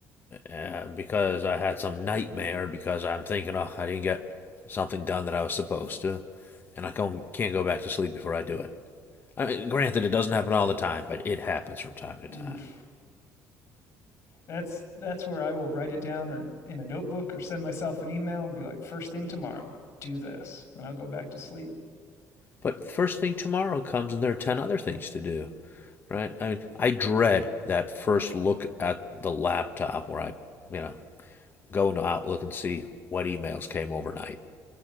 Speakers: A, on the left; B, on the left.
A: uh, because I had some nightmare because I'm thinking, oh, I didn't get something done that I was supposed to, and I can- not go back to sleep before I do it. I mean, granted, it doesn't happen all the time, but it happens from time to
B: Oof.
A: time.
B: That's that's where I will write it down or in a notebook or send myself an email and be like, first thing tomorrow, do this. And I'll go back to sleep.
A: But first thing tomorrow comes, and there are 10 other things to do, right? I mean, I dread that first look at the laptop where I, you know, go into Outlook and see what emails came overnight